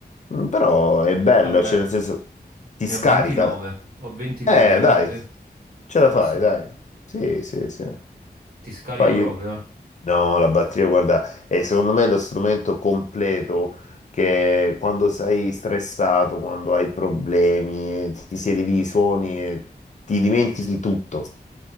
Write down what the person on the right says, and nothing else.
Vabbè,
ne
ho 29, ho 29,
secondo
te
ce
la
posso fare?
Ti scarica
proprio,
eh?